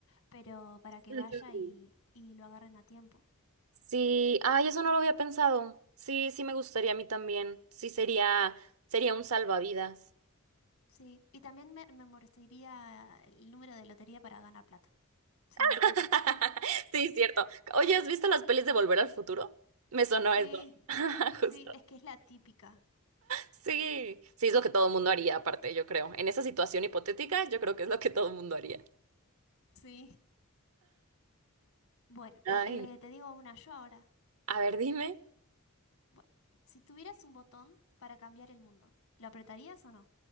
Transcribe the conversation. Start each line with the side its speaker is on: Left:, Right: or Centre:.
Left: pero para que
Right: <laughs>
Left: vaya y, y lo agarren a tiempo.
Right: Sí, ay, eso no lo había pensado. Sí, sí me gustaría a mí también. Sí, sería, sería un salvavidas.
Left: Sí, y también me, me molestaría el número de lotería para ganar plata, sin duda.
Right: <laughs> Sí, cierto. Oye, ¿has visto las pelis de Volver al Futuro? Me sonó
Left: Sí,
Right: eso. <laughs>
Left: sí,
Right: Justo.
Left: es que es la típica.
Right: Sí, sí, es lo que todo el mundo haría, aparte, yo creo. En esa situación hipotética, yo creo que es lo que todo el mundo haría.
Left: Sí. Bueno,
Right: Ay.
Left: eh, te digo una yo ahora.
Right: A ver, dime.
Left: Bueno, si tuvieras un botón para cambiar el mundo, ¿lo apretarías o no?